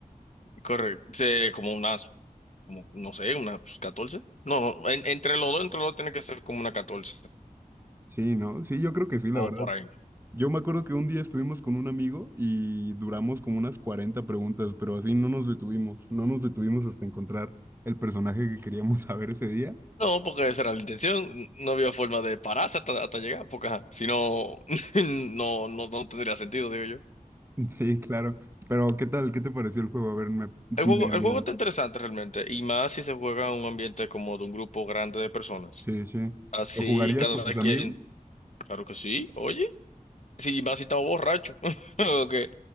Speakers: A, on the left (about 55°); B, on the right (about 15°).
A: Correcto. Sí, como unas, como, no sé, unas catorce No, en- entre los dos, entre los dos tiene que ser como una catorce
B: Sí, ¿no? Sí, yo creo que sí, la
A: Como
B: verdad.
A: por ahí.
B: Yo me acuerdo que un día estuvimos con un amigo y duramos como unas 40 preguntas, pero así no nos detuvimos, no nos detuvimos hasta encontrar el personaje que queríamos <laughs> saber ese día.
A: No, porque esa era la intención. No había forma de pararse hasta, hasta llegar, porque ajá, si no, <laughs> no, no, no tendría sentido, digo yo.
B: Sí, claro. Pero, ¿qué tal? ¿Qué te pareció el juego? A ver, me, me-
A: El juego, el juego está interesante realmente, y más si se juega en un ambiente como de un grupo grande de personas.
B: sí, sí.
A: Así
B: ¿Lo jugarías
A: cada
B: con tus amigos?
A: quien. Claro que sí, oye Sí, más si estaba borracho. <laughs> o que